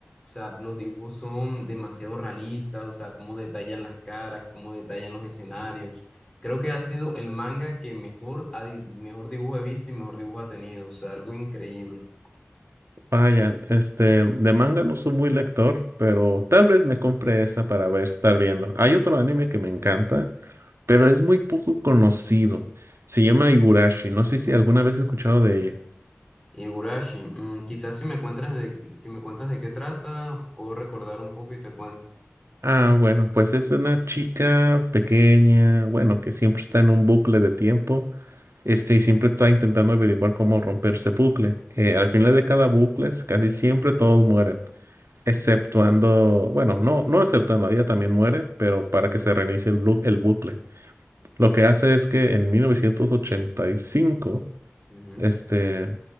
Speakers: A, on the left (about 25°); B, on the right (about 75°).
A: O sea, los dibujos son demasiado realistas, o sea, cómo detallan las caras, cómo detallan los escenarios. Creo que ha sido el manga que mejor, ha di- mejor dibujo he visto y mejor dibujo ha tenido. O sea, algo increíble.
B: Vaya, este, de manga no soy muy lector, pero tal vez me compre esa para ver, estar viendo. Hay otro anime que me encanta, pero es muy poco conocido. Se llama Higurashi. No sé si alguna vez he escuchado de ella.
A: Higurashi, mm, quizás si me cuentas de, si me cuentas de qué trata, puedo recordar un poco y te cuento.
B: Ah, bueno, pues es una chica pequeña, bueno, que siempre está en un bucle de tiempo, este, y siempre está intentando averiguar cómo romper ese bucle. Eh, al final de cada bucle, s- casi siempre todos mueren, exceptuando, bueno, no, no exceptuando, ella también muere, pero para que se reinicie el, blu- el bucle. Lo que hace es que en 1985,
A: Ujú.
B: este,